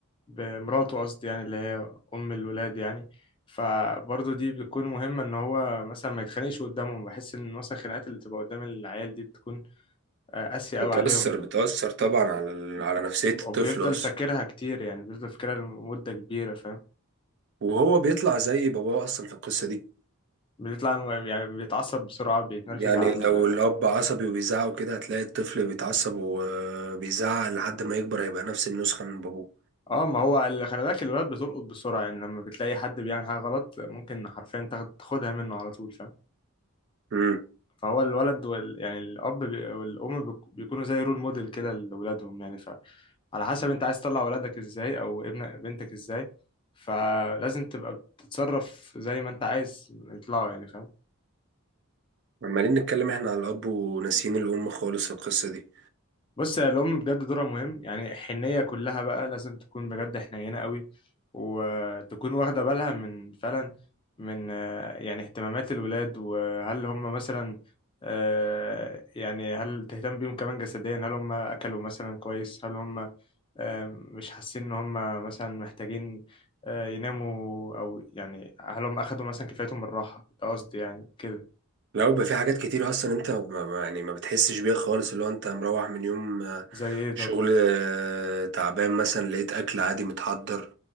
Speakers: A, on the left; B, on the right.
A: بمراته قصدي يعني اللي هي ام الولاد يعني فبرضه دي بتكون مهمة إن هو مثلا ما يتخانقش قدامهم بحس إن مثلا الخناقات اللي بتبقى قدام العيال دي بتكون قاسية
B: بتأثر
A: أوي عليهم
B: بتأثر طبعا على على نفسية
A: وبيفضل
B: الطفل أصلا
A: فاكرها كتير يعني بيفضل فاكرها لمدة كبيرة فاهم
B: وهو بيطلع زي باباه أصلا في القصة دي
A: بيطلع م- يعني بيتعصب بسرعة بيتنرفز
B: يعني
A: على
B: لو الأب عصبي وبيزعق كده هتلاقي الطفل بيتعصب وبيزعق لحد ما يكبر هيبقى نفس النسخة من بابوه
A: اه ما هو اللي خلي بالك الولاد بتلقط بسرعة يعني لما بتلاقي حد بيعمل حاجة غلط ممكن حرفيا تاخد تاخدها منه على طول فاهم
B: امم
A: فهو الولد وال... يعني الأب بي- والأم بيك- بيكونوا زي رول موديل كده لأولادهم يعني ف على حسب انت عايز تطلع ولادك ازاي او ابنك بنتك ازاي فلازم تبقى بتتصرف زي ما انت عايز يطلعوا يعني فاهم
B: عمالين نتكلم احنا على الأب وناسيين الأم خالص القصة دي
A: بص يا الأم بجد دورها مهم يعني الحنية كلها بقى لازم تكون بجد حنينة قوي وتكون واخدة بالها من فعلا من آه، يعني اهتمامات الولاد وهل هم مثلا آه، يعني هل تهتم بيهم كمان جسديا هل هم أكلوا مثلا كويس هل هم آه، مش حاسين إن هم مثلا محتاجين آه، يناموا أو يعني هل هم أخدوا مثلا كفايتهم من الراحة ده قصدي يعني كده
B: لو بيبقى في حاجات كتير أصلا أنت ما ما- يعني ما بتحسش بيها خالص اللي هو أنت مروح من يوم آه،
A: زي إيه طب؟
B: شغل آه، تعبان مثلا لقيت أكل عادي متحضر